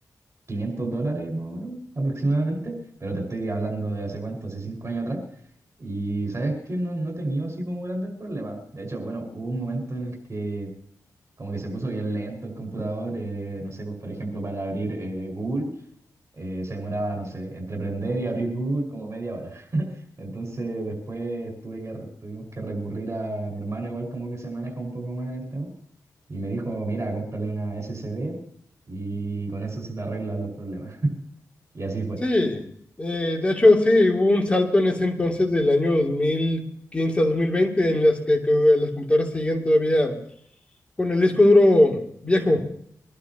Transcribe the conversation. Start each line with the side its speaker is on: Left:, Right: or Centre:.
Right: 500 dólares más o menos, aproximadamente. Pero te estoy hablando de hace cuánto, hace 5 años atrás. Y sabes que no, no he tenido así como grandes problemas. De hecho, bueno, hubo un momento en el que como que se puso bien lento el computador. eh, no sé, pues por ejemplo, para abrir eh, Google eh, se demoraba, no sé, entre prender y abrir Google como media hora. <laughs> Entonces después tuve que, re- tuvimos que recurrir a mi hermano, igual como que se maneja un poco más en el tema, y me dijo, mira, cómprale una SSD y con eso se te arreglan los problemas. <laughs> Y así fue.
Left: Sí, eh, de hecho sí, hubo un salto en ese entonces del año 2015 a 2020 en las que, que las computadoras seguían todavía con el disco duro viejo.